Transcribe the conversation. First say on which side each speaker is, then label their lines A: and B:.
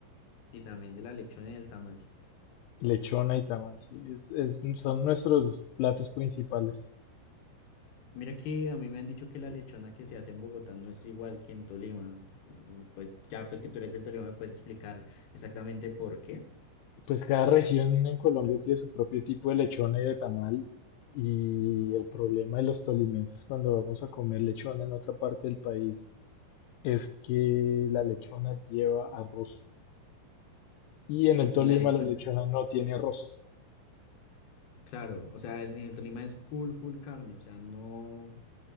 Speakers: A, on the left; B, on the left.
A: Y también de la lechona y del tamal.
B: Lechona y tamal, sí, es, es- son nuestros platos principales.
A: Mira que a mí me han dicho que la lechona que se hace en Bogotá no es igual que en Tolima. Mm, Pues ya, pues que tú eres del Tolima, ¿me puedes explicar exactamente por qué?
B: Pues cada región en Colombia tiene su propio tipo de lechona y de tamal. Y el problema de los tolimenses cuando vamos a comer lechona en otra parte del país es que la lechona lleva arroz. Y en el Tolima
A: ¿Y la lechona?
B: la lechona no tiene arroz.
A: Claro, o sea, en el Tolima es full, full carne, o sea, no,